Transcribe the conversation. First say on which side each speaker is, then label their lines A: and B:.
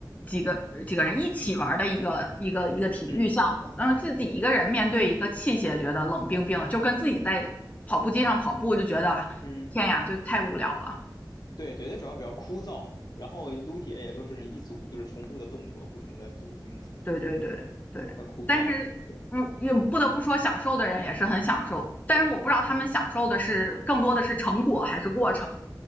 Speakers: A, on the left (about 20°); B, on the left (about 60°).
A: 几个几个人一起玩的一个一个一个体育项目，
B: 嗯
A: 但是自己一个人面对一个器械，觉得冷冰冰的，就跟自己在跑步机上跑步就觉得啊天呀，
B: 嗯，
A: 就太无聊了。
B: 对对，它主要比较枯燥，然后撸铁也就是一组就是重复的动作，不停的组，不停地重复，
A: 对对对对，
B: 太枯燥。
A: 但是嗯，
B: 对，
A: 也不得不说，享受的人也是很享受，但是我不知道他们享受的是更多的是成果还是过程。
B: 嗯，